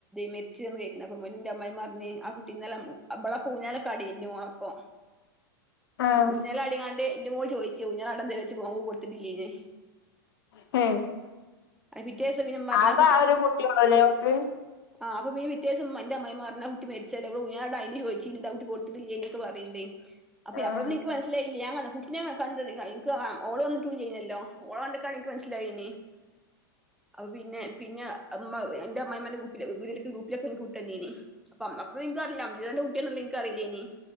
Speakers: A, in the centre; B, on the left.
A: മെരിച്ച വന്ന് ക കേക്കണ അപ്പൊ മ എന്റെ അമ്മായിമ്മ പറഞ്ഞഞ് ആ കുട്ടിന്നും അവളെ പം ഊഞ്ഞാലക്കാടി്ന് മോളപ്പൊ
B: <unintelligible> ആഹ്
A: ഊഞ്ഞൽ അടിക്കാണ്ട് എന്റെ മോൾ ചോയിച്ചു ഊഞ്ഞാല ആടാന്തരോ ഓം കൊടുത്തട്ടില്ലീേയ് ന്ന്
B: <unintelligible>
A: അയ്ൻറെ പിറ്റേസം ഇമ്മ പറഞ്ഞ്
B: ആക ആ ഒരു കുട്ടിയണല്ലോക്ക്
A: ആ്പ്പം പിറ്റേ ദിവസം എന്റെ അമ്മമാ പറഞ്ഞു ആ കുട്ടി മരിച്ചാല എവിടെ ഞ അന് ചോദിച്ചി ഇ ഡൗട്ടി കൊടുത്തട്ടല്ലേ എന്നൊക്കെ പറയുന്നേ <unintelligible> അപ്പൊ
B: ആഹ്
A: അപ്പലോ ന്നും ഈ നിക്ക്മനസിലായില്ല ഞ കുട്ടിനെ ഞ കണ്ട ഓള വന്നിട്ടൂില്ലല്ലോ ഓള കണ്ട ഇതാണിക്ക് മനസ്സിലായിനി
B: <unintelligible>
A: അപ്പ പിന്നെ പിന്നെ അമ്മ ന്റെ അമ്മായിമ്മന്റെ ഗ്രൂപ്പ്ലാ. ഇവിരെടയ്ക്ക് ഗ്രൂപ്പിലൊക്കെ ങ്ങട് വിട്ടെന്നീനി. അപ്പം അപ്പ എനിക്ക് <unintelligible> ഇവന്റെ കുട്ടികളുള്ളത് എനിക്ക് അറിയില്ലെനി